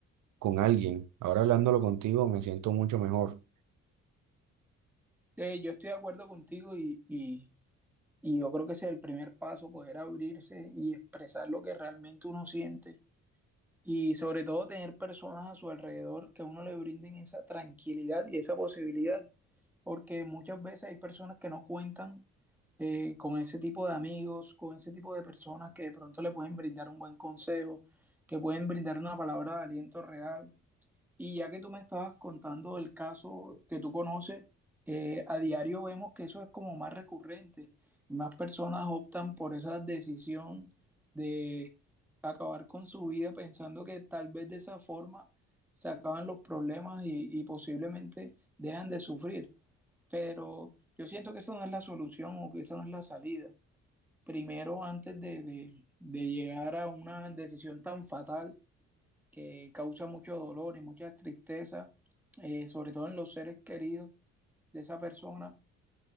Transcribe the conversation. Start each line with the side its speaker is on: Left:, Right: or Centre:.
Right: con alguien. Ahora hablándolo contigo me siento mucho mejor.
Centre: Eh, yo estoy de acuerdo contigo y, y Y yo creo que ese es el primer paso, poder abrirse y expresar lo que realmente uno siente. Y sobre todo tener personas a su alrededor que a uno le brinden esa tranquilidad y esa posibilidad. Porque muchas veces hay personas que no cuentan eh, con ese tipo de amigos, con ese tipo de personas que de pronto le pueden brindar un buen consejo, que pueden brindar una palabra de aliento real y ya que tú me estabas contando el caso que tú conoces, eh, a diario vemos que eso es como más recurrente. Más personas optan por esa decisión de acabar con su vida pensando que tal vez de esa forma se acaban los problemas y, y posiblemente dejan de sufrir. Pero yo siento que esa no es la solución o que esa no es la salida. Primero, antes de, de de llegar a una decisión tan fatal que causa mucho dolor y mucha tristeza, eh, sobre todo en los seres queridos de esa persona.